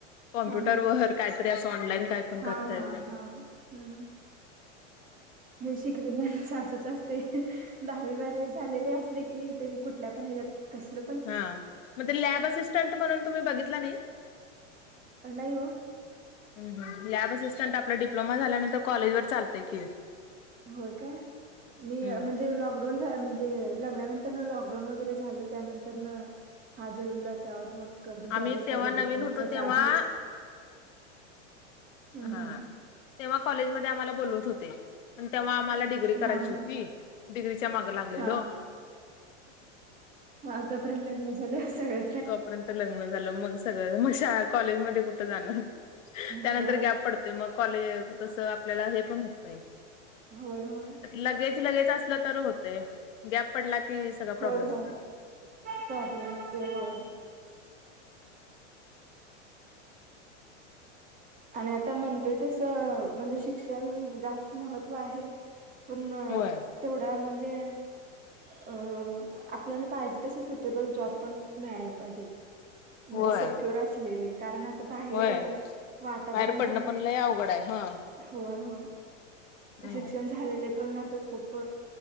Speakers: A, on the left (about 85°); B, on the right (about 20°).
A: कॉम्प्युटरवर
B: हा हा
A: काहीतरी अस ऑनलाईन का पण
B: हा
A: करता
B: हा
A: येत.
B: हा हम्म हे शिकलेले सासूच असते दहावी बारावी झालेले असले की नाहीनी कुठल्या पण ह्याच्यात कसल
A: हा मग ते लॅब असिस्टंट म्हणून तुम्ही बघितला नाही.
B: नाही हो
A: ह लॅब असिस्टंट आपला डिप्लोमा झाल्यां वर चालतय कि
B: होय काय
A: हम्म
B: मी म्हणजे लॉकड म्हणजे लग्नानंतर लॉकडाऊन वगैरे झालं त्यानंतर हा जलमला त्यावर मग जॉबच
A: आम्ही तेव्हा
B: काही
A: नवीन
B: बघितलं नाही
A: होतो
B: त्याच्या
A: तेव्हा
B: आधीच हम्म
A: हा
B: हम्म
A: तेव्हा कॉलेज म आम्हाला बवत होते तेव्हा आम्हाला डग्री
B: हा
A: करायची
B: हा
A: होती डिग्रीच्या माग लागलेलं
B: हा हा तोपर्यंत लग्न झालं सगळं
A: तोपर्यंत लग्न झालं मग सगळं मग श कॉलेज मध्ये कुठं जाणार त्यानंतर
B: होय
A: गॅप पडते मग कॉ--आपल्याला हे पण होत नाही
B: होय होय
A: लगेच लगेच असलं तर होत. ते गॅप पडला की सग प्रॉब्लेम
B: होय
A: होतो.
B: होय प्रॉब्लेम होते होय आणि आता म्हणतोय तसं म्हणजे शिक्षण जास्त महत्त्व आहे पण
A: होय.
B: तेवढा म्हणजे अ आपल्याला पाहिजे तस सुटेबल जॉब पण मिळाला पाहिजेत म्हणजे
A: होय.
B: सेक्युर असलेली कारण आता बाहेर
A: होय
B: वातावरण
A: बाहेर पडणं
B: पण खूप
A: लय अवघड आहे हा.
B: होय होय
A: हम्म.
B: शिक्षण झालेले पण असं खूप